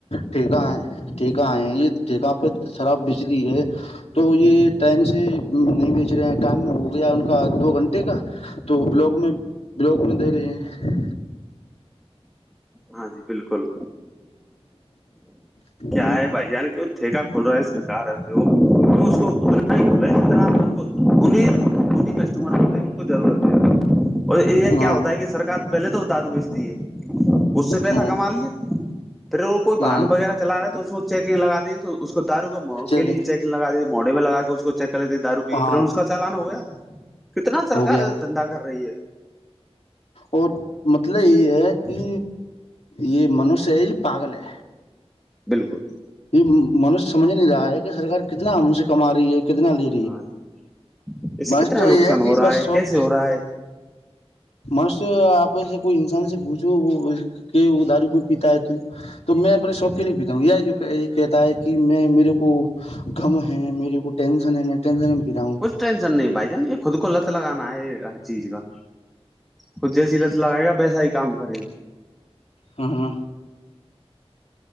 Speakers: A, on the left; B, in the centre.
A: ٹھیکا ہے ٹھیکا ہے یہ ٹھیکا پہ شراب بجلی ہے تو یہ ٹائم سے نہیں بیچ رہے ہیں کام میں ہو گیا ان کا دو گھنٹے کا تو بلاگ میں بلاوک میں دے رہے ہیں
B: ہاں جی بالکل
A: ہیں
B: کیا ہے بھائی ان کہ ٹھیکہ کھول رہا ہے سرکار جو اس کو ا ک اسی طرح ان کو ان ان کسٹمر بتے ہیں ان کو ضرورت ہے اور یہ
A: ہاں
B: کیا ہوتا ہے کہ سرار پہلے تو دارو بیچتی ہے اس سے پیسہ
A: ہاں
B: کما لیا پھر وہ کوئی واہن
A: ہاں
B: وغیرہ چلا رہا ہے تو اس کو چیکنگ لگا دیںے اس کو دارو کا م
A: ٹھیک
B: کے لیے
A: ہے
B: چیک لگا دیے موڑے میں لگا کے اس کو چلے تھے دارو پی
A: ہاں
B: پھر اس کا چالانا ہو گیا کتنا سرکار
A: ہو گیا
B: دندا کر رہی ہے
A: اور مطلب یہ ہے کہ یہ منوش ہے یہ پاگل ہے
B: بالکل
A: یہ منش سمجھ نہیں رہا ہے کہ سرار کتنا ان سے کما رہی ہے کتنا لے
B: ہاں جی اس
A: بس
B: سے کتنا
A: تو
B: نقصان
A: یہ ہے
B: ہو
A: کہ
B: رہا
A: بس شوق
B: کیسے ہو رہا ہے
A: مر سے آپ سے کوئی انسان سے بوھو وہ کہ دارو کو پیتا ہے تو تو میں اپنے شوق کے لیے بتا ہوں یہ کہتا ہے کہ میں میرے کو غم ہے میرے کو ٹینشن ہے میں ٹینشن میں پی رہا ہوں
B: کچھ ٹینشن نہیں بھائی جان یہ خود کو لت لگانا ہے ہر چیز کا خود جیسی لت لگائے گا ویسا ہی کام کرے گا
A: ہاں ہاں